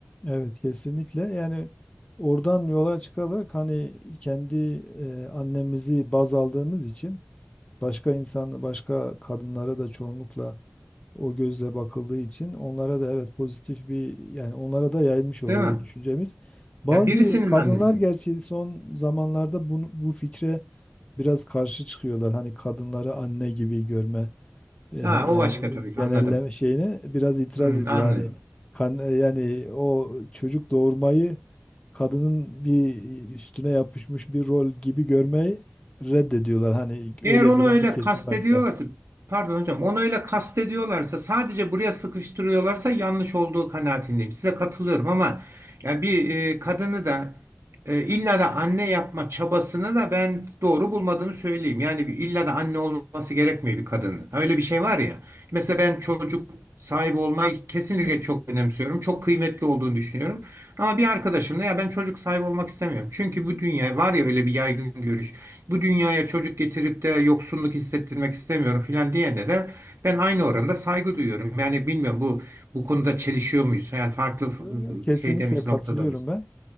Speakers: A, on the left; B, on the right.
A: Evet kesinlikle yani oradan yola çıkarak hani kendi e, annemizi baz aldığımız için başka insan başka kadınlara da çoğunlukla o gözle bakıldığı için onlara da evet pozitif bir yani onlara da yayılmış oluyor
B: Değil mi?
A: o düşüncemiz. Bazı
B: Ya birisinin
A: kadınlar
B: annesi.
A: gerçi son zamanlarda bu, bu fikre biraz karşı çıkıyorlar. Hani kadınları anne gibi görme. E,
B: Ha,
A: yani
B: o başka tabii
A: genelleme
B: ki anladım.
A: şeyine biraz itiraz
B: Hı,
A: ediyor.
B: anladım.
A: Hani kan e, yani o çocuk doğurmayı kadının bir üstüne yapışmış bir rol gibi görmeyi reddediyorlar. Hani öyle
B: Eğer onu
A: gören
B: öyle
A: bir kesim
B: kastediyorlarsa,
A: varsa.
B: pardon hocam, onu öyle kastediyorlarsa, sadece buraya sıkıştırıyorlarsa yanlış olduğu kanaatindeyim. Size katılıyorum ama ya bir e, kadını da e, illa da anne yapma çabasını da ben doğru bulmadığımı söyleyeyim. Yani bir, illa da anne olması gerekmiyor bir kadının. Öyle bir şey var ya. Mesela ben çocuk sahibi olmayı kesinlikle çok önemsiyorum. Çok kıymetli olduğunu düşünüyorum. Ama bir arkadaşımla ya ben çocuk sahibi olmak istemiyorum. Çünkü bu dünya var ya öyle bir yaygın görüş bu dünyaya çocuk getirip de yoksunluk hissettirmek istemiyorum filan diyene de ben aynı oranda saygı duyuyorum. Yani bilmiyorum bu bu konuda çelişiyor muyuz? Yani farklı
A: Yo, yo, kesinlikle
B: e, şeyde miyiz,
A: katılıyorum
B: noktada mıyız?
A: ben.